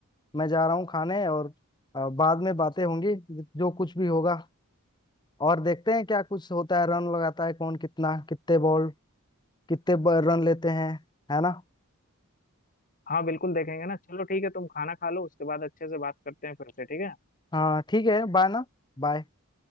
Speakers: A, on the left; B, on the left.
A: मैं जा रहा हूँ खाने और अ, बाद में बातें होंगी ज- जो कुछ भी होगा और देखते हैं क्या कुछ होता है रन लगाता है कौन कितना कितने बॉल कितने ब- रन लेते हैं है ना
B: हाँ बिल्कुल देखेंगे ना चलो ठीक है तुम खाना खा लो उसके बाद अच्छे से बात करते हैं फिर से ठीक है
A: हाँ ठीक है बाय ना बाय